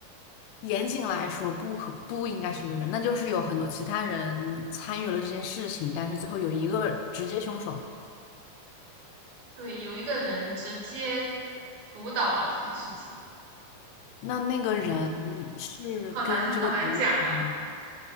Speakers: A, on the left; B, on the right.
A: 严谨来说，不可不应该是一个人，那就是有很多其他人参与了这件事情，但是最后有一个直接凶手。
B: 对，有一个人直接主导了这件事情，
A: 那那个人是跟这个狗有关吗？
B: 好难好难讲啊。